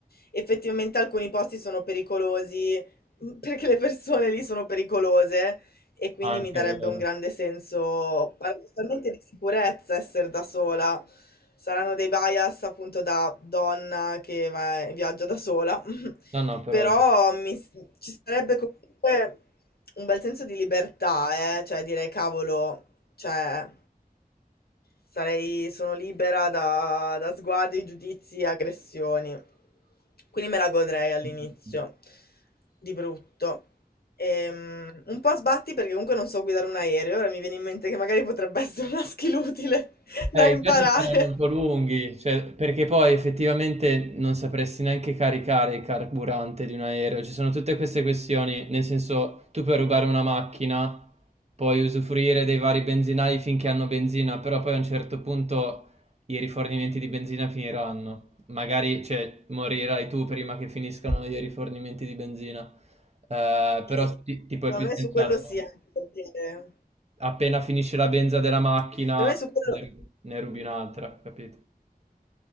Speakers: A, on the left; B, on the right.
A: effettivamente alcuni posti sono pericolosi, <laughs> perché le persone lì sono pericolose e quindi
B: Anche
A: mi darebbe
B: è vero.
A: un grande senso paradossalmente di sicurezza essere da sola. Saranno dei bias appunto da donna che va- viaggia da sola, <laughs>
B: No, no, però
A: però
B: è
A: mi- ci sarebbe comunque un bel senso di libertà, eh? Cioè dire cavolo, cioè... Sarei, sono libera da, da sguardi, giudizi e aggressioni. Quindi me la godrei all'inizio,
B: vero.
A: di brutto. Ehm, un po' a sbatti perché comunque non so guidare un aereo, ora mi viene in mente che magari potrebbe <laughs> essere una skill utile <laughs>
B: Eh,
A: da imparare.
B: i viaggi saranno un po' lunghi, cioè, perché poi effettivamente non sapresti neanche caricare il carburante di un aereo. Ci sono tutte queste questioni, nel senso, tu puoi rubare una macchina, puoi usufruire dei vari benzinai finché hanno benzina, però poi a un certo punto i rifornimenti di benzina finiranno. Magari, cioè, morirai tu prima che finiscano i rifornimenti di benzina. Eh, però
A: Sì,
B: ti- tipo
A: Secondo
B: è più
A: me
B: sensato
A: su quello sì, anche perché
B: appena finisce la benza della macchina
A: per me su quello...
B: ne, ru- ne rubi un'altra, capito?